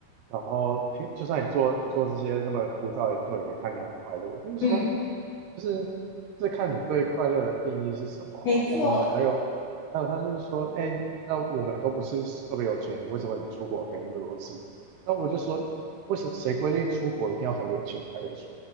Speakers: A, on the right; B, on the left.
A: 然后平就算你做做这些那么枯燥的研究，也看起来很快乐。我就是说，
B: 嗯，
A: 就是这看你对快乐的定义是什么啊。
B: 没错，
A: 然后还有，还有他就是说，哎，那我们都不是特别有钱人为什么你出国可以那么多次？那我就说，为什么谁规定出国一定要很有钱才可以出？